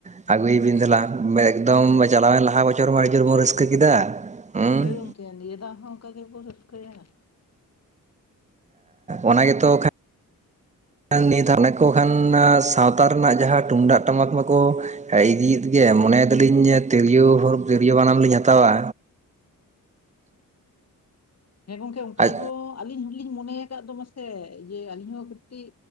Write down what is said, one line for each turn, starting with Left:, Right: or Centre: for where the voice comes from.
Right: ᱟᱹᱜᱩᱭᱵᱤᱱ ᱫᱮᱞᱟ ᱮᱠᱫᱚᱢ ᱪᱟᱞᱟᱣᱮᱱ ᱞᱟᱦᱟ ᱵᱚᱪᱷᱚᱨᱢᱟ ᱟᱹᱰᱤ ᱡᱳᱨ ᱵᱚᱱ ᱨᱟᱹᱥᱠᱟᱹ ᱠᱮᱫᱟ᱾ ᱦᱩᱸ
Left: ᱦᱳᱭ ᱜᱚᱝᱠᱮ ᱱᱤᱭᱟᱹ ᱫᱷᱟᱣ ᱦᱚᱸ ᱚᱱᱠᱟ ᱜᱮ ᱵᱚᱱ ᱨᱟᱹᱥᱠᱟᱹᱭᱟ
Right: ᱚᱱᱟ ᱜᱮ ᱛᱚ ᱱᱤᱛ ᱦᱟ ᱱᱟᱠᱚ ᱠᱷᱟᱱ ᱥᱟᱶᱛᱟ ᱨᱮᱱᱟᱜ ᱡᱟᱦᱟᱸ ᱛᱩᱢᱫᱟᱜ ᱴᱟᱢᱟᱠ ᱢᱟᱠᱚ ᱦᱮᱸ ᱤᱫᱤᱭᱮᱫ ᱜᱮ ᱢᱚᱱᱮᱭᱮᱫᱟᱞᱤᱧ ᱛᱤᱨᱭᱳ ᱦᱚᱸ ᱛᱤᱨᱭᱳ ᱵᱟᱱᱟᱢ ᱞᱤᱧ ᱦᱟᱛᱟᱣᱟ᱾
Left: ᱦᱮᱸ ᱜᱚᱝᱠᱮ ᱚᱱᱠᱟ
Right: ᱟᱡ
Left: ᱫᱚ ᱟᱹᱞᱤᱧ ᱦᱚᱸᱞᱤᱧ ᱢᱚᱱᱮ ᱟᱠᱟᱫ ᱫᱚ ᱢᱟᱥᱮ ᱡᱮ ᱟᱹᱞᱤᱧ ᱦᱚᱸ ᱠᱟᱹᱴᱤᱡ